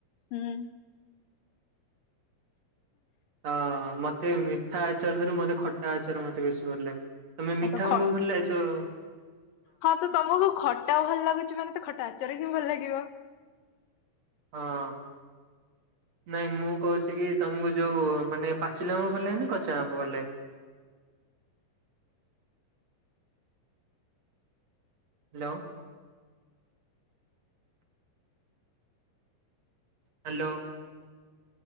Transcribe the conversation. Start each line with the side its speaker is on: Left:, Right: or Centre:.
Left: ହୁଁ
Right: ହଁ ମତେ ମିଠା ଆଚାରରୁ ମତେ ଖଟା ଆଚାର ମତେ ବେଶୀ ଭଲ ଲାଗେ ତମେ
Left: ହଁ
Right: ମିଠା
Left: ତ ଖ
Right: ଆମ୍ବ ଭଲାଇଚ
Left: ହଁ ତ ତମକୁ ଖଟା ଭଲ ଲାଗୁଛି ମାନେ ତ ଖଟା ଆଚର ହିଁ ଭଲ ଲାଗିବ
Right: ହଁ ନାଇଁ ମୁଁ କହୁଛି କି ତମକୁ ଯୋଉ ମାନେ ପାଚିଲା ଆମ୍ବ ଭଲ ଲାଗେ ନା କଞ୍ଚା ଆମ୍ବ ଭଲ ଲାଗେ ହ୍ୟାଲୋ ହ୍ୟାଲୋ